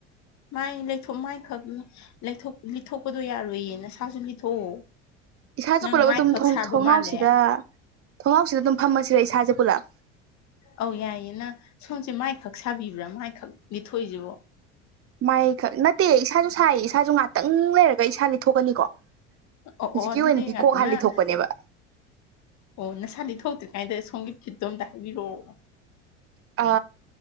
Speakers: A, on the left; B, on the right.
A: ꯃꯥꯏ ꯂꯩꯊꯣꯛ ꯃꯥꯏꯈꯛ ꯂꯩꯊꯣꯛ ꯂꯤꯠꯊꯣꯛꯄꯗꯣ ꯌꯥꯔꯣꯏꯌꯦ ꯅꯁꯥꯁꯨ ꯂꯤꯠꯊꯣꯛꯑꯣ
B: ꯏꯁꯥꯁꯨ
A: ꯅꯪ
B: ꯄꯨꯜꯂꯞ
A: ꯃꯥꯏꯈꯛ
B: ꯑꯗꯨꯝ
A: ꯁꯥꯕ
B: ꯊꯣꯡꯅꯥꯎꯁꯤꯗ
A: ꯃꯥꯜꯂꯦ
B: ꯊꯣꯡꯅꯥꯎꯁꯤꯗ ꯑꯗꯨꯝ ꯐꯝꯃꯁꯤꯔ ꯏꯁꯥꯁꯦ ꯄꯨꯂꯞ
A: ꯑꯧ ꯌꯥꯏꯌꯦꯅ ꯁꯣꯝꯁꯦ ꯃꯥꯏꯈꯛ ꯁꯥꯕꯤꯕ꯭ꯔꯥ ꯃꯥꯏꯈꯛ ꯂꯤꯊꯣꯛꯏꯁꯤꯕꯣ
B: ꯃꯥꯏꯈꯛ ꯅꯠꯇꯦ ꯏꯁꯥꯁꯨ ꯁꯥꯏ ꯏꯁꯥꯁꯨ ꯉꯍꯥꯛꯇꯪ ꯂꯩꯔꯒ ꯏꯁꯥ ꯂꯤꯊꯣꯛꯀꯅꯤꯀꯣ
A: ꯑꯣ
B: ꯍꯧꯖꯤꯛꯀꯤ
A: ꯑꯣ ꯑꯗꯨꯗꯤ
B: ꯑꯣꯏꯅꯗꯤ
A: ꯉꯥꯏꯈꯣ
B: ꯀꯣꯛ ꯍꯥꯜꯂꯤ
A: ꯅꯪ
B: ꯊꯣꯛꯄꯅꯦꯕ
A: ꯑꯣ ꯅꯁꯥꯗꯤ ꯊꯣꯛꯇ꯭ꯔꯤ ꯀꯥꯏꯗ ꯁꯣꯝꯒꯤ ꯐꯤꯠꯇꯣ ꯑꯝꯇ ꯍꯥꯏꯕꯤꯔꯛꯑꯣ
B: ꯑ